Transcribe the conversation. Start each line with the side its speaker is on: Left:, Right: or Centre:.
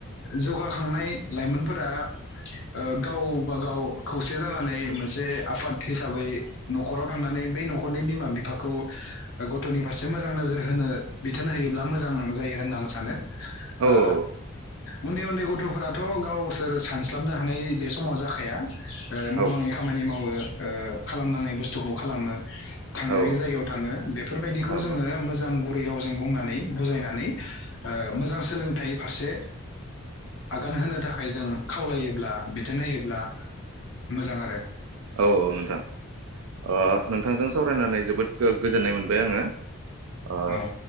Left: जौगाखांनाय लाइमोनफोरा ओ गावबा गाव खौसे जानानै मोनसे आफाद हिसाबै न'खराव थांनानै बै न'खरनि बिमा बिफाखौ गथनि फारसे मोजां नोजोर होनो बिथोन होयोब्ला मोजां जायो होनना आं सानो।
Right: औ
Left: आ
Right: औ
Left: उन्दै उन्दै गथ'फोराथ गावसोर सानस्लाबनो हानाय बे समाव जाखाया। ओ मावनाङै
Right: औ
Left: खामानि मावो ओ खालामनाङै बुस्थुखौ खालामो। थांनानै
Right: औ
Left: जायगायाव थाङो बेफोरबायदिखौ
Right: औ
Left: जोङो मोजां गथ बैयावजों बुंनानै बुजायनानै मोजां ओ सोलोंथाइ फारसे आगान होनो थाखाय जों खावलायोब्ला बिथोन होयोब्ला मोजां आरो
Right: औ औ नोंथां ओ नोंथांजों सावरायनानै जोबोद गोजोननाय मोनबाय आङो ओ
Left: औ